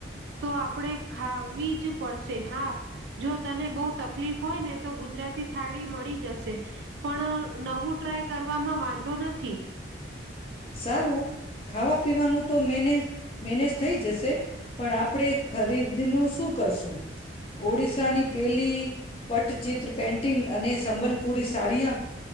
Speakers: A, on the right; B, on the left.
A: તો આપણેે ખાવી જ પડશે, હા જો તને બહુ તકલીફ હોય ને તો ગુજરાતી થાળી મળી જશે, પણ નવું ટ્રાય કરવામાં વાન નથી.
B: સારું, ખાવા પીવાનું તો મેને મેનેજ થઈ જશે, પણ આપણે ખરીદનું શું કરશું, ઓડિશાની પેલી પટચિત્ર પેન્ટિંગ અને સંબલપુરી સાડીયા,